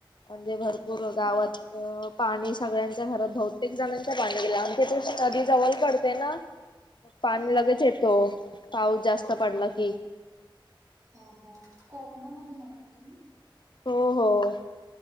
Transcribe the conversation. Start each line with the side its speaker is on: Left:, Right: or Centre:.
Left: म्हणजे भरपूर
Right: हा का
Left: गावात अ पाणी सगळ्यांच्या घरात बहुतेक झन पाणी गेलं आमच्या <inaudible> नदी जवळ पडते ना. मग पाणी
Right: अ
Left: लगेच येतो पाऊस जास्त पडला की.
Right: ह ह कोकणामधून आहे का तुम्ही?
Left: हो हो.